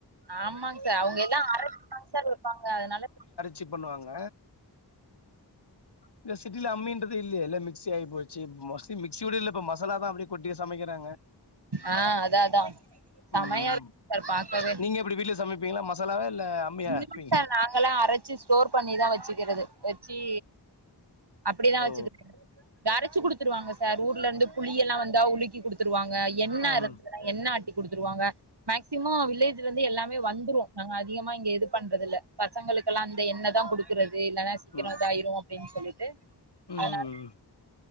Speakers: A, on the right; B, on the left.
A: ஆமாங் சார் அவுங்க எல்லா அரச்சுதாங் சார் விப்பாங்க அதனால
B: ச்சி பண்ணுவாங்க இந்த சிட்டில அம்மின்ற து இல்லியே எல்லா மிக்ஸி ஆய்ப் போச்சி இப் மோஸ்லி மிக்ஸி கூட இல்ல இப்ப மசாலா தா அப்டே கொட்டியே சமக்கிறாங்க
A: ஆ அதா அதா சமையா
B: ம்
A: <inaudible> பாக்கவே
B: நீங்க எப்டி வீட்ல சமப்பீங்ளா மசாலாவா இல்ல அம்மியா
A: <unintelligible>
B: அரைப்பீங்களா
A: நாங்கல்லா அரச்சு ஸ்டோர் பண்ணிதா வெச்சுக்கறது வெச்சு அப்டிதா
B: ஓ
A: வச்சுக்கறது அரச்சு குடுத்துருவாங்க சார் ஊர்லருந்து புளியெல்லா வந்தா உலுக்கி குடுத்துருவாங்க எண்ணெ
B: அம்
A: இருந்ததுன்னா எண்ணெ ஆட்டி குடுத்துருவாங்க மேக்சிமொ வில்லேஜ்லருந்து எல்லாமே வந்துரூ நாங்க அதிகமா இங்க இது பண்றது இல்ல பசங்களுக்கெல்லா அந்த எண்ணெதா குடுக்குறது இல்லன்னா சீக்கிரொ
B: ம்
A: இதாயிரு அப்டின்னு சொல்லிட்டு
B: ம்
A: அதனால